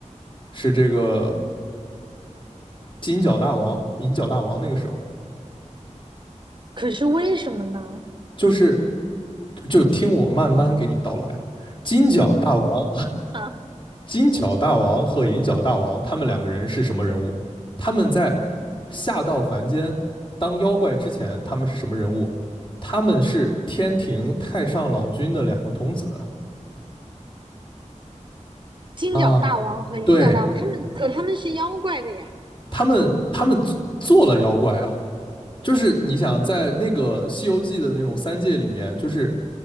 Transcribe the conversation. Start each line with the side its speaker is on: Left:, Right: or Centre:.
Left: 是这个金角大王、银角大王那个时候，
Right: 可是为什么呢？
Left: 就是就听我慢慢给你道来，金角大王
Right: 哈，
Left: 金角大王和银角大王他们两个人是什么人物？他们在下到凡间当妖怪之前，他们是什么人物？他们是天庭太上老君的两个童子
Right: 金角大王和银角大王，
Left: 啊，对
Right: 他们可他们是妖怪的呀。
Left: 他们，他们做了妖怪啊，就是你想在那个《西游记》的那种三界里面，就是